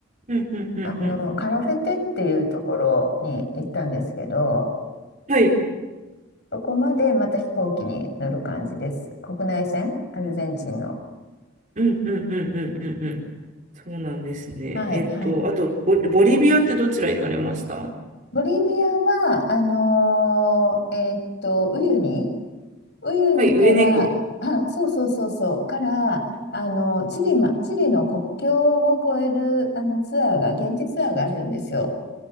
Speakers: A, on the right; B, on the left.
A: うん、うん、うん、
B: あの、
A: うん。
B: カラフェテっていうところに行ったんですけど、
A: はい。
B: そこまでまた飛行機に乗る感じです。国内線、アルゼンチンの。
A: うんうんうんうんうんうん。そうなんですね。
B: はい、
A: えっと、
B: はい。
A: あと、ボ、ボリビアってどちら行かれました
B: ボリビアは、あのーえーっと、ウユニ、ウユニから、
A: はい、上猫。
B: あ、そうそうそうそう、から、あの、チリま、チリの国境を越える、あの、ツアーが、現地ツアーがあるんですよ。